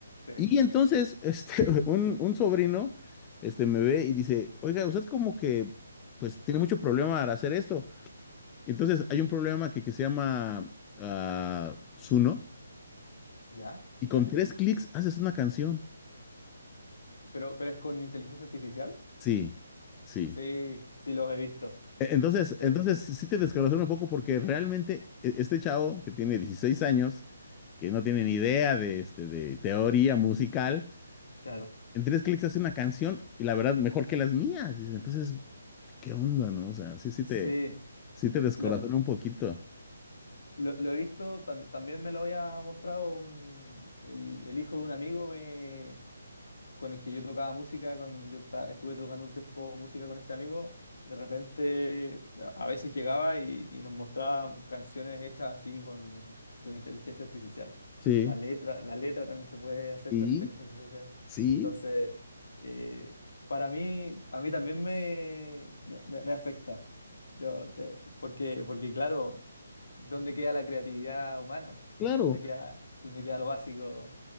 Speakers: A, on the left; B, on the left.
A: Sí.
B: Y entonces, este, <laughs> un, un sobrino, este, me ve y dice, oiga, usted como que, pues, tiene mucho problema al hacer esto. Entonces, hay un problema que, que se llama ah, Suno,
A: ¿Ya?
B: y
A: ¿Ya?
B: con tres clics haces una canción.
A: ¿Pero, pero es con inteligencia artificial?
B: Sí, sí.
A: Sí, sí, los he visto.
B: E- Entonces,
A: Sí,
B: entonces sí sí te descorazona un poco porque realmente e- este chavo que tiene 16 años, que no tiene ni idea de, este, de teoría musical,
A: Claro.
B: en tres clics hace una canción y la verdad mejor que las mías. Dice, Entonces, ¿Qué onda, no? O sea, sí, sí
A: sí.
B: te, sí te descorazona
A: Lo,
B: un poquito.
A: lo- lo he visto, tam- también me lo había mostrado un- el, el hijo de un amigo, me con el que yo tocaba música, con, yo esta- estuve tocando un tiempo música con este amigo, de repente a a veces llegaba y, y nos mostraba canciones hechas así con, con inteligencia artificial.
B: Sí,
A: La letra, la letra también se puede hacer
B: Y
A: con inteligencia artificial.
B: sí,
A: Entonces, eh, para mí, a mí también me, me, me- me afecta. Yo te- porque, porque claro, ¿dónde queda la creatividad humana? po?
B: claro.
A: ¿Dónde queda, dónde queda lo básico?